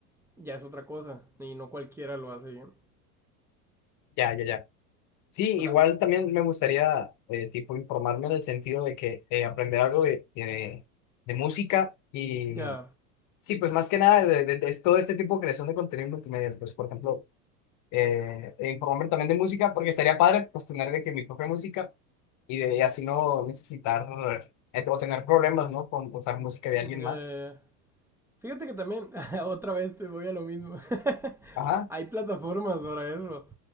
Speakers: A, in the centre; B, on the left.
A: ya es otra cosa. Y no cualquiera lo hace bien.
B: ya, ya, ya. Sí,
A: O
B: igual
A: sea,
B: también me gustaría, eh, tipo, informarme en el sentido de que eh, aprender algo de de- de música y
A: ya,
B: Sí, pues más que nada de, de- de todo este tipo de creación de contenido multimedia, pues por ejemplo, eh, e informarme también de música, porque estaría padre pues tener de que mi propia música y de y así no necesitar eh, o tener problemas, ¿no? Con usar música de alguien
A: ya, ya,
B: más.
A: ya. Fíjate que también, <laughs> otra vez te voy a lo mismo. <laughs>
B: Ajá,
A: Hay plataformas para eso.